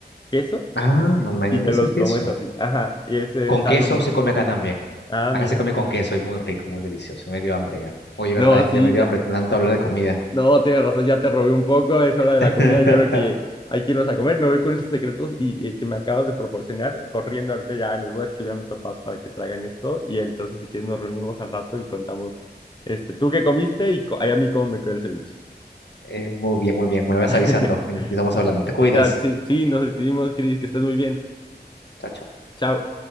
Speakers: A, on the left (about 25°); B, on the left (about 80°).
A: queso
B: Ah, mayonesa
A: y te los
B: y queso.
A: comes así. Ajá, y ese
B: Con
A: es
B: queso
A: algo muy...
B: se come acá también.
A: Ah,
B: Acá
A: mira.
B: se come con queso y muy rico, muy delicioso. Me dio hambre ya. Oye, verdad,
A: No, sí,
B: ya me dio
A: ya.
B: hambre tanto hablar de comida.
A: No, tienes razón, ya te robé un poco, es hora de
B: <laughs>
A: la comida, yo creo que hay que irnos a comer, me voy con esos secretos y, eh, que me acabas de proporcionar, corriendo ahorita ya les voy a escribir a mis papás para que traigan esto y entonces si quieres nos reunimos al rato y contamos, este, tú qué comiste y co- ay, a mí cómo me quedó el ceviche.
B: Eh, muy bien, muy bien. Me vas
A: <laughs>
B: avisando y nos estamos hablando. Te cuidas.
A: Claro que sí, sí, nos escribimos, Cris, que estés muy bien,
B: Chao, chao.
A: chao.